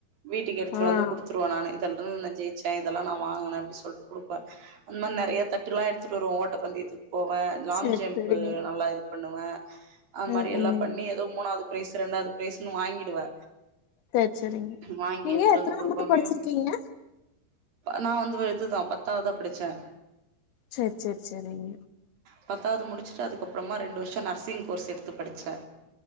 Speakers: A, on the right (about 65°); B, on the left (about 85°).
A: வீட்டுக்கு எடுத்துட்டு
B: ஆ.
A: வந்து குடுத்து டுவே நானு இதெல்லா நா ஜெயிச்சே இதெல்லா நா வாங்கின சொல்லிட்டு குடுப்பே அந்த மாரி நெறைய தட் டல்லா எடுத்துட்டு வருவோ ஓட்டப் பந்தயத்துக்கு போவே லாங்
B: சரி,
A: ஜம்ப்பு
B: சரிங்க.
A: நல்லா இது பண்ணுவே அந்
B: ம்
A: மாரி எல்லா
B: ம்
A: பண்ணி ஏதோ மூணாவது பிரைஸ் ரெண்டாவது பிரைஸ்ன்னு வாங்கிடுவே
B: சேரி சேரிங்க
A: வாங்கி
B: நீங்க
A: எடுத்துட்டு
B: எத்தனாவது
A: வந்து குடுப்பமே
B: மட்டு படிச்சிருக்கீங்க
A: நா வந்து இதுதா பத்தாவதா படிச்சே
B: சரி சரி சரிங்க
A: பத்தாவது முடிச்சுட்டு அதுக்கப்புறமா ரெண்டு வருஷ நர்சிங் கோர்ஸ் எடுத்து படிச்சே